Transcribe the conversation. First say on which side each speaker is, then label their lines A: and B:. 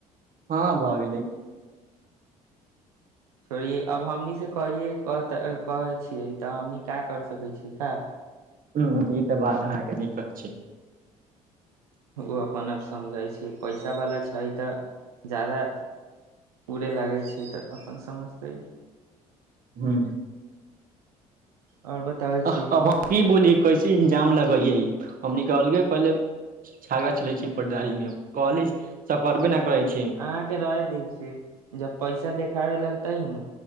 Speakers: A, on the right (about 45°); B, on the right (about 80°).
A: हँ भऽ गेलै
B: छोड़िये अब हमनि से कहिये कहतै कहय छियै तऽ हमनी का करि सकैत छी का
A: हूँ, ई बात
B: ह
A: अहाँके नीके छी
B: ओ अपन आप समझइ छै पैसा वाला छै छै तऽ जादा उड़े लागै छै तऽ अपन समझतै
A: हूं
B: आओर बताबै
A: अह
B: छी
A: अब हम कि बोलीयै कैसे इन्जाम लगैयै हमनी क अलगे पहिले झगड़ा चलै छै पटेदारी में कहली त करबे न करइ छै
B: अहाँ के रह दै छियै जब पैसा देखाबे लगतै नु